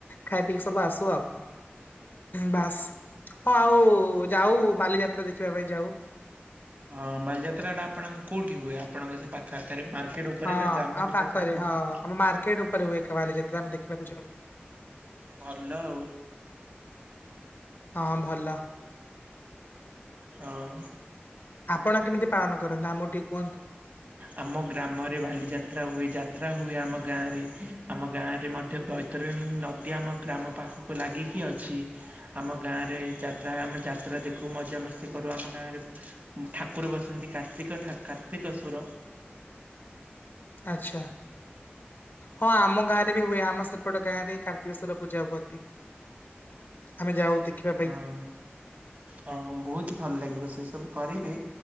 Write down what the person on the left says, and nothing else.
ଖାଇ ପିଇ। ସବୁ ଆସୁ ଆଉ ବାସ୍ ହଁ ଆଉ ଯାଉ ବାଲିଯାତ୍ରା ଦେଖିବା ପାଇଁ ଯାଉ।
ହଁ
ଆମ
ପାଖରେ
ହଁ ଆମ ମାର୍କେଟ ଉପରେ ହୁଏ ଏକ ବାଲିଯାତ୍ରା ଆମେ ଦେଖିବାକୁ ଯାଉ।
ହଁ ଭଲ
ଆପଣ କେମିତି ପାଳନ କରନ୍ତି, ଆମ ଟିକେ କୁହନ୍ତୁ।
ଆଛା ହଁ ଆମ ଗାଁ ରେ ବି ହୁଏ, ଆମ ସେପଟ ଗାଁ ରେ କାର୍ତ୍ତିକେଶ୍ୱଵର ପୂଜା ହୁଅନ୍ତି। ଆମେ ଯାଉ ଦେଖିବା ପାଇଁ।